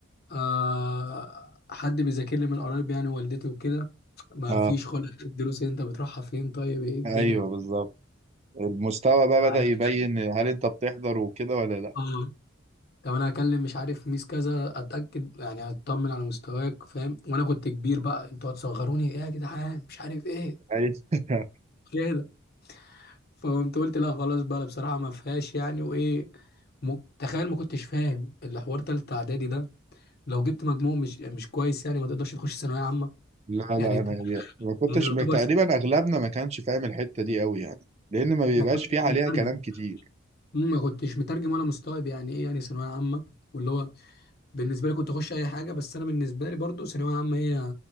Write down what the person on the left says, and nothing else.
آه حد بيذاكر لي من قرايب يعني والدتي وكده ما
فيش خالص إيه الدروس اللي انت بتروحها فين طيب ايه الدنيا
<laughs> عارف
اه طب انا هكلم مش عارف ميس كذا اتاكد يعني اطمن على مستواك فاهم وانا كنت كبير بقى انتوا هتصغروني ايه يا جدعان مش عارف ايه
كده فقمت قلت لا خلاص بقى لا بصراحه ما فيهاش يعني وايه م... تخيل ما كنتش فاهم اللي حوار تالتة اعدادي ده لو جبت مجموع مش مش كويس يعني ما تقدرش تخش ثانويه عامه
يعني
يعني يعتبر
س-
ما كنتش
مترجم
مم، ما كنتش مترجم ولا مستوعب يعني ايه يعني ثانويه عامه واللي هو بالنسبه لي كنت اخش اي حاجه بس انا بالنسبه لي برضو ثانويه عامه هي